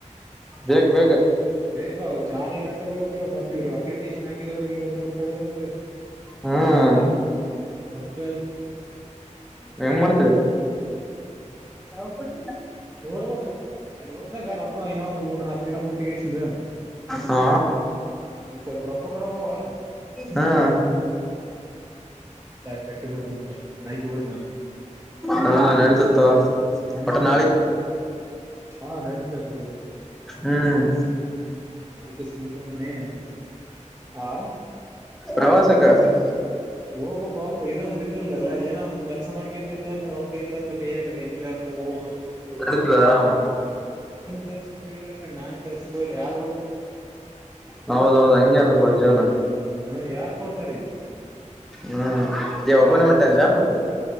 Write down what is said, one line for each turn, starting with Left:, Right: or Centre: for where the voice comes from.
Centre: ಬೇಕ್ ಬೇಕ
Right: ಬೇಕ ಚಾರ ಕಟ್ಟ <unintelligible> ಮತ್ತ ಇವರು ಅಪ್ಲಿಕೇಶನ್ ಹಾಕಿದವ್ರ ನೂರ್ ನೂರ್ ಕೊಡ್ಬೇಕ
Centre: ಹ್ಮ್
Right: ಹಾ
Centre: ಹೆಂಗ ಮಾಡ್ತೇವೆ ಯ
Right: ನೋಡ್ಬೇಕು ಅಲ್ಲಿ ಓದ್ಮ್ಯಾಗ ರೊಕ್ಕ ಇನ್ನೊಂದ್ ಮೂರ್ ನಕ್ ದಿನ ಬಟ್ಟಿಗೆಷ್ಟಿಂದ
Centre: ಹಾ
Right: ಸ್ವಲ್ಪ ರೊಕ್ಕ ಬರವವ
Centre: ಹಾ
Right: ಕಟ್ಟಿಬಡತಂತೆ ಹಯಕಿ ಬಿಡ್ತ
Centre: ಹಾ ನಡತತ್ತು
Right: ಹ್ಮ್
Centre: ಒಟ್ಟ ನಾಲೀಗ್
Right: ಹಾ ನಡ್ದ ಆ ಕಡೆ
Centre: ಹ್ಮ್
Right: ಅದಕ್ಕೆ ಸುಮ್ ಕುಂತ್ನಿ ಆ
Centre: ಪ್ರವಾಸಕ ಹ
Right: ಹೋಗ್ಬೇಕು ಪಪ ಇದೊಂದ ಅದಿಲ್ಲಲ್ಲ ಏನ್ ಒಂದಂದು ಕೆಲಸ ಮಾಡಕೊಂತ ಇದು ಅಂದ್ರ ರೊಕ್ಕ ಇದ್ದು ಅಂದ್ರ ಕೈಯಾಗಗೆಲ್ಲ ಹೋಗಬಹುದು
Centre: ಅದೆ ಆರಾಮ
Right: ಕೆಲ್ಸಕ್ಕೆೋ ಇಲ್ಲಾಕ ನನ್ ಕೆಲ್ಸಕ್ಕೆ ಹ ಇಲ್ಲ ಯಾರ ಬ
Centre: ಹೌದೌದು ಹಂಗೆ ಅಪ್ಪ ಜೀವನ
Right: ಹ್ಮ ಯಾರ್ ಕೊಡ್ತಾರಿ
Centre: ಹ್ಮ್ ಏ ಒಬ್ಬನೇ
Right: ಯಾರ್
Centre: ಹೊಂಟೇನ್
Right: ಕೊಡ
Centre: ಶಾಪುರಕ್ಕೆ